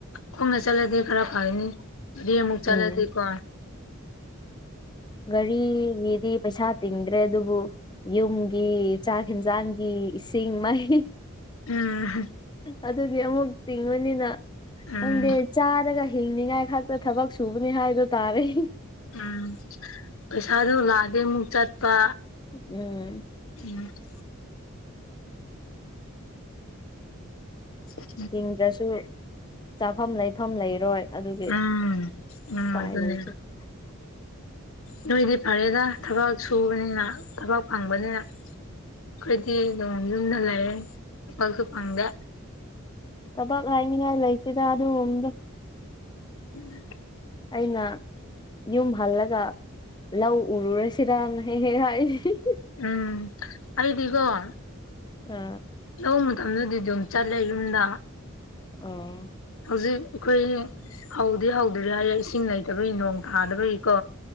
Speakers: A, on the left; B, on the left.
A: ꯈꯣꯡꯅ ꯆꯠꯂꯗꯤ ꯈꯔ ꯐꯅꯤ ꯁꯤꯗꯩ ꯑꯃꯨꯛ ꯆꯠꯂꯗꯤꯀꯣ
B: ꯎꯝ ꯒꯥꯔꯤꯒꯤꯗꯤ ꯄꯩꯁꯥ ꯇꯤꯡꯗ꯭ꯔꯦ ꯑꯗꯨꯕꯨ ꯌꯨꯝꯒꯤ ꯆꯥꯛ ꯍꯦꯟꯖꯥꯡꯒꯤ ꯏꯁꯤꯡ ꯃꯩ
A: ꯎꯝ
B: ꯑꯗꯨꯗꯤ ꯑꯃꯨꯛ ꯇꯤꯡꯉꯨꯅꯤꯅ
A: ꯎꯝ
B: ꯈꯪꯗꯦ ꯆꯥꯔꯒ ꯍꯤꯡꯅꯤꯉꯥꯏ ꯈꯛꯇ ꯊꯕꯛ ꯁꯨꯕꯅꯤ ꯍꯥꯏꯗꯣ ꯇꯥꯔ‌ꯦ
A: ꯎꯝ ꯄꯩꯁꯥꯗꯨ ꯂꯥꯛꯑꯗꯤ ꯑꯃꯨꯛ ꯆꯠꯄ
B: ꯎꯝ
A: ꯌꯥ <inaudible> ꯎ <inaudible>
B: ꯇꯤꯡꯗ꯭ꯔꯁꯨ ꯆꯥꯐꯝ ꯂꯩꯐꯝ ꯂꯩꯔꯣꯏ ꯑꯗꯨꯒꯤ
A: ꯎꯝ ꯎꯝ
B: ꯎꯄꯥꯏ
A: ꯑꯗꯨꯅꯤ
B: <unintelligible>
A: ꯅꯣꯏꯗꯤ ꯐꯔꯦꯗ ꯊꯕꯛ ꯁꯨꯕꯅꯤꯅ ꯊꯕꯛ ꯐꯪꯕꯅꯤꯅ ꯑꯩꯈꯣꯏꯗꯤ ꯑꯗꯨ ꯌꯨꯝꯗ ꯂꯩꯑꯦ ꯊꯕꯛꯁꯨ ꯐꯪꯗꯦ
B: ꯇꯕ <unintelligible> ꯀꯥꯏꯅꯤꯒꯥꯏ ꯂꯩꯇꯗ ꯑꯗꯨ ꯒꯨꯝꯗꯤ
A: ꯎꯝ <inaudible>
B: ꯑꯩꯅ ꯌꯨꯝ ꯍꯜꯂꯒ ꯂꯧ ꯎꯔꯨꯔꯁꯤꯔꯅ ꯍꯦꯛ ꯍꯦꯛ ꯍꯥꯏꯁꯤ
A: ꯎꯝ ꯑꯩꯗꯤꯀ‌ꯣ
B: ꯑ
A: ꯂꯧꯕ ꯃꯇꯝꯗꯗꯤ ꯑꯗꯨꯝ ꯆꯠꯂꯦ ꯌꯨꯝꯗ
B: ꯑꯣ
A: ꯍꯧꯖꯤꯛ ꯑꯩꯈꯣꯏ ꯍꯧꯗꯤ ꯍꯧꯗ꯭ꯔꯤ ꯍꯥꯏꯌꯦ ꯏꯁꯤꯡ ꯂꯩꯇꯕꯒꯤ ꯅꯣꯡ ꯇꯥꯗꯕꯒꯤꯀꯣ